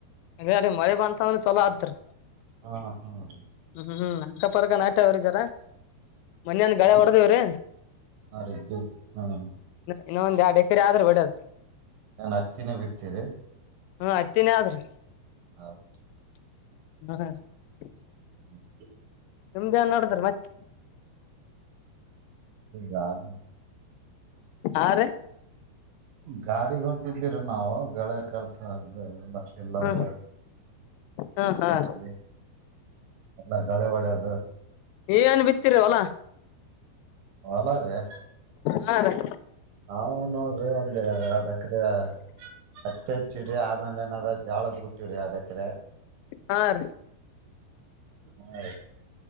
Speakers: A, on the left; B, on the right.
A: ಅದೇ ಅದೇ ಮಳೆ ಬಂತ ಅಂದ್ರೆ ಚಲೋ ಆತ್ರೀ
B: ಹಾ ಹಾ ರೀ
A: ಹ್ಮ್ ಹ್ಮ್ ನ ಅಕ್ಕಪಕ್ಕ ನಾಟ ಅವರುಜರ ಮನ್ಯನ್ ಗಾಳಿ
B: ಬಿ-
A: ಹೊಡೆದಿವ್ರೀ.
B: ಹಾ ರೀ ಬಿ- ಹಾ ರೀ
A: ಇನ್ನೊಂದ್ ಎರಡು ಎಕರೆ ಆದ್ರು ಬಿಡದ್
B: ನಾನ್ ಹತ್ತಿನೇ ಬಿಡ್ತೀರಿ.
A: ಹಾ ಹತ್ತಿನೆ ಆದ್ರಿ
B: ಹೌದ್
A: <unintelligible>
B: <inaudible>
A: ನಿಮ್ದ್ ಏನ್ ನಡಿದ್ರೀ ಮತ್ತೆ.
B: ಯಾದ
A: ಅ ರೀ
B: ಗಾಡಿಗೆ ಹೊಂಟಿದ್ದೀರ ನಾವು ಗಳೆ ಕೆಲ್ಸ ಇದ್ ಎಲ್ಲ. ಏಲ್ಲಾರ
A: ಹ್ಮ್ ಹಾ ಹಾ
B: ಟ್ಯಾಕ್ರೀ
A: ರೀ
B: ಎಲ್ಲ ಗಳೆವಡಿಯದು.
A: ನೀವ್ ಏನ್ ಬಿತ್ತಿರಿ ಹೊಲಾ
B: ಹೊಲ ರೀ.
A: ಹಾ ರೀ
B: ನಾವು ನೋಡ್ರಿ ಒಂದು ಎರಡ್ ಎಕ್ರೆ ಅತ್ತೆ ಹಚ್ಚಿರಿ ಆಮೇಲೆ ಏನಾದ ಜಾಳಕ್ ಬಿಟ್ಟಿವ್ರಿ ಎರಡೇಕ್ರೆ.
A: ಹಾ ರೀ
B: ಹಾ